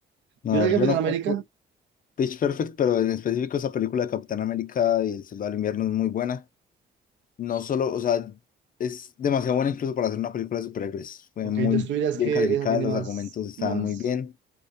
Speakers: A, on the left; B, on the right.
A: No,
B: Yo
A: a
B: era
A: ver,
B: Capitán
A: yo no
B: América,
A: conozco Pitch Perfect, pero en específico esa película de Capitán América y El Soldado del Invierno es muy buena. No solo, o sea, es demasiado buena incluso para hacer una película de superhéroes. Fue
B: ok,
A: muy
B: entonces tú dirías
A: bien
B: que
A: calificada,
B: esa tiene
A: los
B: más,
A: argumentos estaban
B: más.
A: muy bien.